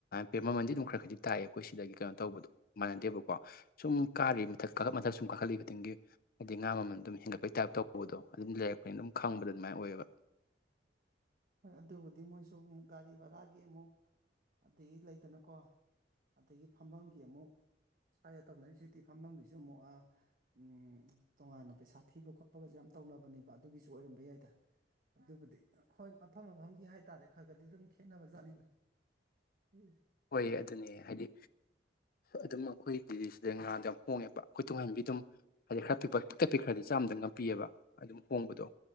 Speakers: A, on the left (about 55°); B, on the right (about 50°).
A: ꯦ ꯃꯃꯟꯗꯤ ꯑꯗꯨꯝ ꯈꯔ ꯈꯗꯤ ꯇꯥꯛꯑꯦ ꯑꯩꯈꯣꯏ ꯁꯤꯗꯒꯤ ꯀꯩꯅꯣ ꯇꯧꯕꯗꯣ ꯃꯥꯟꯅꯗꯦꯕꯀꯣ ꯁꯨꯝ ꯀꯥꯔꯤ ꯃꯊꯛ ꯀꯥꯈꯠ ꯃꯊꯛ ꯁꯨꯝ ꯀꯥꯈꯠꯂꯤ ꯈꯨꯇꯡꯒꯤ ꯍꯥꯏꯗꯤ ꯉꯥ ꯃꯃꯜ ꯑꯗꯨꯝ ꯍꯦꯟꯒꯠꯄꯒꯤ ꯇꯥꯏꯞ ꯇꯧꯕꯗꯣ ꯑꯗꯨꯝ ꯂꯩꯔꯛꯄꯅꯤ ꯑꯗꯨꯝ ꯈꯪꯕꯗ ꯑꯗꯨꯃꯥꯏ ꯑꯣꯏꯑꯌꯦꯕ
B: <inaudible> ꯍꯣꯏ ꯑꯗꯨꯕꯨꯗꯤ ꯃꯣꯏꯁꯨ ꯒꯥꯔꯤ ꯕꯔꯥꯒꯤ ꯑꯃꯨꯛ ꯑꯗꯒꯤ ꯂꯩꯗꯅꯀꯣ ꯑꯗꯒꯤ ꯐꯝꯝꯕꯒꯤ ꯑꯃꯨꯛ ꯁ꯭ꯋꯥꯏꯗ ꯇꯧꯅꯔꯤꯁꯤꯗꯤ ꯐꯝꯝꯕꯒꯤꯁꯨ ꯑꯃꯨꯛ ꯎꯝ ꯇꯣꯉꯥꯟꯅ ꯄꯩꯁꯥ ꯊꯤꯕ ꯈꯣꯠꯄꯒꯁꯨ ꯌꯥꯝ ꯇꯧꯅꯕꯅꯦꯕ ꯑꯗꯨꯒꯤꯁꯨ ꯑꯣꯏꯔꯝꯕ ꯌꯥꯏꯗ ꯑꯗꯨꯕꯨꯗꯤ ꯍꯣꯏ ꯃꯐꯝ ꯃꯐꯝꯒꯤ ꯍꯥꯏꯇꯥꯔꯦ ꯈꯔ ꯈꯔꯗꯤ ꯑꯗꯨꯝ ꯈꯦꯠꯅꯕꯖꯥꯠꯅꯤꯗ ꯑꯤꯁ
A: ꯍꯣꯏ ꯑꯗꯨꯅꯦ ꯍꯥꯏꯗꯤ ꯑꯗꯨꯝ ꯑꯩꯈꯣꯏ ꯗꯤꯗꯤ ꯁꯤꯗ ꯉꯔꯥꯡꯗ ꯌꯥꯝ ꯍꯣꯡꯉꯦꯕ ꯑꯩꯈꯣꯏ ꯇꯨꯡꯍꯟꯕꯤ ꯑꯗꯨꯝ ꯍꯥꯏꯗꯤ ꯈꯔ ꯄꯤꯛꯄ ꯄꯤꯛꯛꯇꯛ ꯄꯤꯛ ꯈꯔꯗꯤ ꯆꯥꯝꯗ ꯉꯝꯄꯤꯑꯕ ꯑꯗꯨꯝ ꯍꯣꯡꯕꯗꯣ